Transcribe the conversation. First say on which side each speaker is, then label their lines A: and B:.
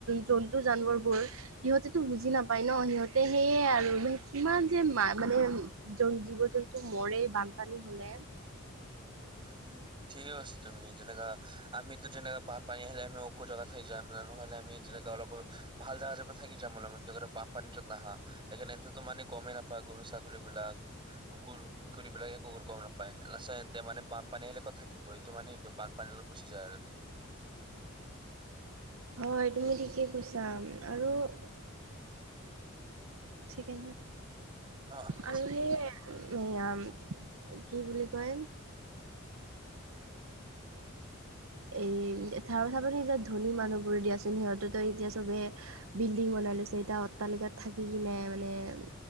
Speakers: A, on the right; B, on the right.
A: জন্তু জানৱৰবোৰ সিহঁতেতো বুজি নাপায় ন সিহঁতে সেইয়ে আৰু কিমান যে মা মানে যন জীৱ জন্তু মৰে বানপানী হলে।
B: উম ঠিকেই কৈছা তুমি যেনেকা আমিতো যেনেকা বানপানী আহিলে আমি ওখ জেগাত হে যাম নহ'লে আমি যেনেকা অলপ ভাল জেগা থাকি যাম অলপ য'ত বামপানীটো নাহা সেইকাণে সিনততো মানে গমেই নাপায় গৰু ছাগলী বিলাক কুকুৰ মেকুৰীবিলাকে কুকুৰ গম নাপায়। লাষ্টত সেন তে মানে বানপানী আহিলে কত থাকিব এইটো মানে এইটো বানপানী গুচি যায় আৰু
A: হয়, তুমি ঠিকেই কৈছা আৰু- এক চিকেন হা
B: অ' ঠিক
A: আৰু
B: আছে
A: সেয়ে- এই আম কি বুলি কয়। এই তাৰ কথা পাননি এতিয়া ধনী মানুহবোৰ দিয়াচোন সিহঁততো এতিয়া চবে- বিল্ডিং বনাই লৈছে, এতিয়া অট্টালিকাত থাকি কিনে মানে-